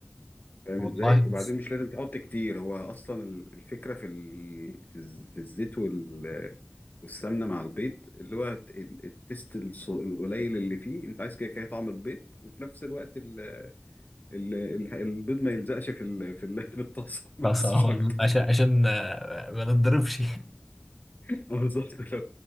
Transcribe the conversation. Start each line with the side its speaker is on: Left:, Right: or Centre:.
Left: فاهم
Centre: والله
Left: ازاي وبعدين
Centre: بس
Left: مش لازم تحط كتير هو اصلا ال- الفكره في ال... في الز- في الزيت وال... والسمنه مع البيض اللي هو الت- ال- التست الص- القليل اللي فيه انت عايز كده كده طعم البيض وفي نفس الوقت ال... ال... ال- البيض ما يلزقش في ال... في, ال... <laughs> في الطاسه بس
Centre: بس آه،
Left: مش
Centre: والله
Left: اكتر
Centre: عشان عشان آه، ما نتضربش <laughs>
Left: <laughs> اه بالظبط لو